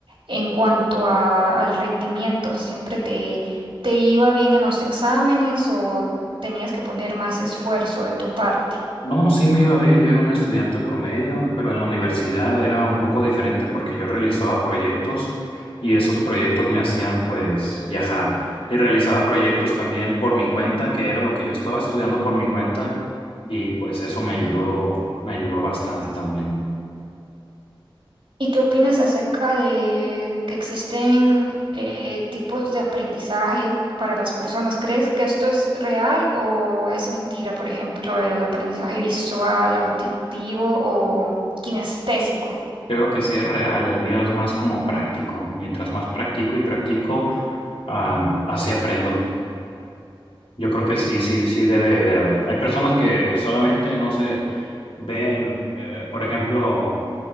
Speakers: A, on the right; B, on the left.
A: en cuanto a- al rendimiento? ¿Siempre te, te iba bien en los exámenes o tenías que poner más esfuerzo de tu parte?
B: No, sí me iba bien, yo era un estudiante promedio, pero en la universidad era un poco diferente porque yo realizaba proyectos y esos proyectos me hacían pues viajar y realizaba proyectos también por mi cuenta, que era lo que yo estaba estudiando por mi cuenta y pues eso me ayudó, me ayudó bastante también.
A: ¿Y qué opinas acerca de que existen eh, tipos de aprendizaje para las personas? ¿Crees que esto es real o es mentira? Por ejemplo, el aprendizaje visual, auditivo o kinestésico.
B: Creo que sí es real, el mío es más como práctico, mientras más practico y practico, ah, así aprendo. Yo creo que sí, sí, sí debe de haber. Hay personas que solamente, no sé, ven, eh, por ejemplo,